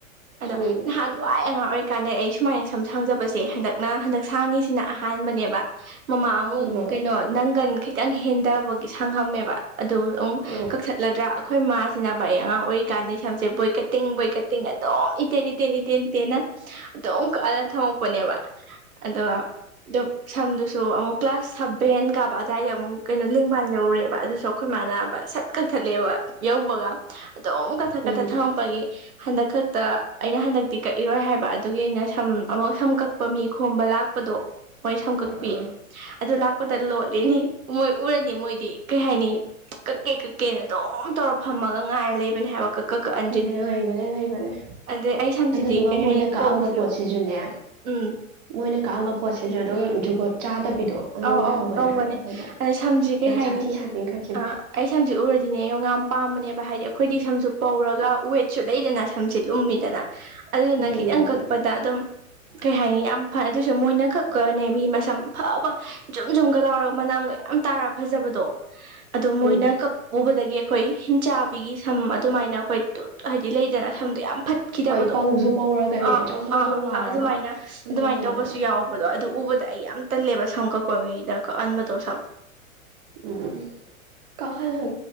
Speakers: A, on the right; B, on the right.
A: ꯑꯗꯣ
B: ꯎꯝ
A: ꯅꯍꯥꯟ ꯋꯥꯏ ꯑꯉꯥꯡ ꯑꯣꯏꯔꯤꯀꯥꯟꯗ ꯑꯩ ꯁꯨꯃꯥꯏꯅ ꯁꯨꯝ ꯁꯥꯡꯖꯕꯁꯦ ꯍꯟꯗꯛꯅ ꯍꯟꯗꯛ ꯁꯥꯡꯉꯁꯤ ꯁꯤꯅ ꯑꯍꯥꯟꯕꯅꯦꯕ ꯃꯃꯥ ꯑꯃꯨꯛ
B: ꯎꯝ
A: ꯀꯩꯅꯣ ꯅꯪꯒꯟ ꯈꯤꯇꯪ ꯍꯦꯟꯗꯕꯥꯒꯤ ꯁꯪꯉꯝꯃꯦꯕ ꯑꯗꯨ ꯑꯗꯨꯝ
B: ꯎꯝ
A: ꯀꯛꯊꯠꯂꯗ꯭ꯔꯥ ꯑꯩꯈꯣꯏ ꯃꯥꯁꯤꯅꯕꯥ ꯑꯩ ꯑꯉꯥꯡ ꯑꯣꯏꯔꯤ ꯀꯥꯟꯗꯩ ꯁꯝꯁꯦ ꯕꯣꯏꯀꯠꯇꯤꯡ ꯕꯣꯏꯀꯠ ꯇꯤꯡ ꯑꯗꯨꯝ ꯏꯇꯦꯟ ꯏꯇꯦꯟ ꯏꯇꯦꯟ ꯇꯦꯟꯅ ꯑꯗꯨꯝ ꯀꯛꯑꯅ ꯊꯝꯃꯛꯄꯅꯦꯕ ꯑꯗꯨꯒ ꯑꯗꯨꯝ ꯁꯝꯗꯨꯁꯨ ꯑꯃꯨꯛ ꯀ꯭ꯂꯥꯁ ꯁꯕꯦꯟ ꯀꯥꯕ ꯑꯗꯨꯋꯥꯏꯗ ꯑꯃꯨꯛ ꯀꯩꯅꯣ ꯂꯤꯡꯕꯟ ꯌꯧꯔꯨꯔꯦꯕꯥ ꯑꯗꯨꯁꯨ ꯑꯩꯈꯣꯏ ꯃꯥꯅ ꯁꯠ ꯀꯛꯊꯠꯂꯦꯕ ꯌꯧꯕꯒ ꯑꯗꯨꯝ ꯀꯊꯛ
B: ꯎꯝ
A: ꯀꯊꯠ
B: ꯎꯝ
A: ꯊꯝꯉꯛꯄꯒꯤ ꯍꯟꯗꯛ ꯈꯛ ꯇ ꯑꯩꯅ ꯍꯟꯗꯛꯇꯤ ꯀꯛꯏꯔꯣꯏ ꯍꯥꯏꯕ ꯑꯗꯨꯒꯤ ꯑꯩꯅ ꯁꯝ ꯑꯃꯨꯛ ꯁꯝ ꯀꯛꯄ ꯃꯤ ꯈꯣꯝꯕ ꯂꯥꯛꯄꯗꯣ ꯃꯣꯏ ꯁꯝꯀꯛꯄꯤ
B: ꯑꯥ
A: ꯑꯗꯨ ꯂꯥꯛꯄꯗ ꯂꯣꯠꯂꯤꯅꯤ ꯃꯣꯏ ꯎꯔꯅꯤ ꯃꯣꯏꯗꯤ ꯀꯩ ꯍꯥꯏꯅꯤ ꯀꯛꯀꯦ ꯀꯛꯀꯦꯅ ꯑꯗꯨꯝ ꯇꯧꯔ ꯐꯝꯃꯒ ꯉꯥꯏꯔ ꯂꯩꯕꯅꯦ ꯍꯥꯏꯕ ꯥ
B: ꯂꯩꯕꯅꯦ ꯂꯩꯕꯅꯦ
A: <unintelligible> ꯑꯗꯩ ꯑꯩ ꯁꯝꯁꯤꯗꯤ
B: ꯑꯗꯨꯗꯨꯒ
A: ꯀꯩ
B: ꯃꯣꯏꯅ
A: ꯍꯥꯏꯅꯤ
B: ꯀꯛꯑꯝꯕ
A: ꯄꯧꯁꯨ
B: ꯄꯣꯠꯁꯤꯁꯨꯅꯦ
A: ꯎꯝ
B: ꯃꯣꯏꯅ ꯀꯛꯑꯝꯕ ꯄꯣꯠꯁꯤꯁꯨ ꯑꯗꯨꯝ ꯖꯨꯒꯣꯠ ꯆꯥꯗꯕꯤꯗꯣ ꯑꯗꯨ
A: ꯑꯧ
B: ꯑꯣꯏꯍꯧꯕꯅꯦ
A: ꯑꯧ ꯇꯧꯕꯅꯦ
B: ꯍꯥꯏꯕ ꯑꯩꯈꯣꯏꯗ
A: ꯑꯗꯩ ꯁꯝꯁꯦ ꯀꯩ
B: ꯌꯥꯝ
A: ꯍꯥꯏꯅꯤ
B: ꯁꯥꯊꯤ ꯁꯥꯊꯤꯅ ꯀꯛꯈꯤꯕꯅꯦ
A: ꯑꯥ ꯑꯩ ꯁꯝꯁꯦ ꯎꯔꯗꯤꯅꯦ ꯌꯣꯡ ꯌꯥꯝ ꯄꯥꯝꯃꯅꯦꯕ ꯍꯥꯏꯗꯤ ꯑꯩꯈꯣꯏꯗꯤ ꯁꯝꯁꯨ ꯄꯧꯔꯒ ꯋꯦꯠꯁꯨ ꯂꯩꯗꯅ ꯁꯝꯁꯦ ꯂꯨꯝꯃꯤꯗꯅ ꯑꯗꯨꯗꯨꯅ
B: ꯂꯨꯝꯃꯦ
A: ꯈꯤꯇꯪ
B: ꯂꯨꯝꯃꯦ
A: ꯀꯛꯄ ꯗꯥ ꯑꯗꯨꯝ ꯀꯩ ꯍꯥꯏꯅꯤ ꯌꯥꯝ ꯐꯥ ꯑꯗꯨꯁꯨ ꯃꯣꯏꯅ ꯈꯛꯅꯦ ꯃꯤ ꯃꯁꯝ ꯐꯕ ꯖꯨꯝ ꯖꯨꯝꯒ ꯂꯥꯎꯔꯒ ꯃꯅꯥꯝꯒ ꯌꯥꯝ ꯇꯥꯔ ꯐꯖꯕꯗꯣ ꯑꯗꯣ ꯃꯣꯏꯅ
B: ꯎꯝ
A: ꯀꯥꯛ ꯎꯕꯗꯒꯤ ꯑꯩꯈꯣꯏ ꯍꯤꯡꯆꯥꯕꯤꯒꯤ ꯁꯝ ꯑꯗꯨꯃꯥꯏꯅ ꯑꯩꯈꯣꯏ ꯇꯨ ꯍꯥꯏꯗꯤ ꯂꯩꯗꯅ ꯁꯝꯗꯣ ꯌꯥꯝ ꯐꯠ ꯈꯤꯗꯕꯗꯣ
B: ꯍꯣꯏ ꯄꯧꯁꯨ ꯄꯧꯔꯒꯅꯦ
A: ꯑꯥ
B: ꯖꯧ ꯖꯧ
A: ꯑꯥ
B: ꯖꯧ ꯂꯥꯎꯔꯒ
A: ꯑꯥ ꯑꯗꯨꯃꯥꯏꯅ
B: ꯑꯃ
A: ꯑꯗꯨꯃꯥꯏꯅ
B: ꯂꯩꯕꯗꯣ
A: ꯇꯧꯕꯁꯨ ꯌꯥꯎ ꯎꯕꯗꯣ ꯑꯗꯨ ꯎꯕꯗ ꯑꯩ ꯌꯥꯝ ꯇꯜꯂꯦꯕ ꯁꯝ ꯀꯛꯄ ꯃꯤꯗ ꯀꯛꯍꯟꯕꯗꯣ ꯁꯝ
B: ꯎꯝ ꯀꯛꯍꯜꯂꯨ